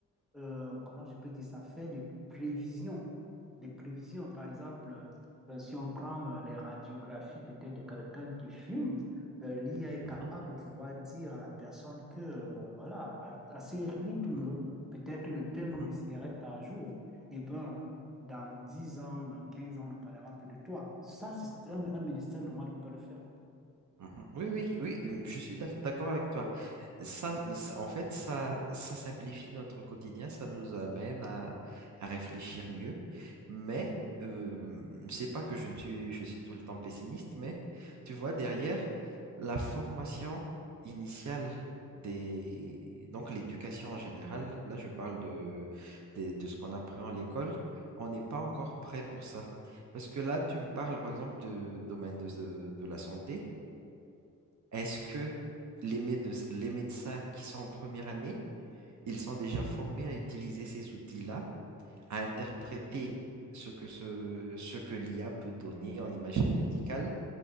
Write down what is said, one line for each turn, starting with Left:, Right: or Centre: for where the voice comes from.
Centre: euh, comment je peux dire ça, faire des prévisions. Des prévisions, par exemple, euh, si on prend euh, les radiographies peut-être de quelqu'un qui fume, euh, l'IA est capable
Right: Mhm.
Centre: de pouvoir dire à la personne que, euh, bon, voilà, à, à ce rythme,
Right: Mhm.
Centre: peut-être de tel nombre
Right: Mhm.
Centre: de cigarettes par jour, eh ben, dans 10 ans, dans 15 ans, on ne parlera plus de toi. Ça, c'est un,
Right: Mhm.
Centre: un médecin normal ne peut pas le faire.
Right: Mhm. Oui, oui, oui, euh, je suis d'ac- d'accord avec toi. Ça, ça- en fait, ça, ça simplifie notre quotidien, ça nous amène à, à réfléchir mieux. Mais euh, c'est pas que je ne suis, je suis tout le temps pessimiste, mais tu vois, derrière, la formation initiale des, donc l'éducation en général, là, je parle de, des- de ce qu'on apprend à l'école, on n'est pas encore prêt pour ça. Parce que là, tu me parles, par exemple, du domaine de de- de la santé. Est-ce que les méde- les médecins qui sont en première année, ils sont déjà formés à utiliser ces outils-là, à interpréter ce que ce, ce que l'IA peut donner en imagerie médicale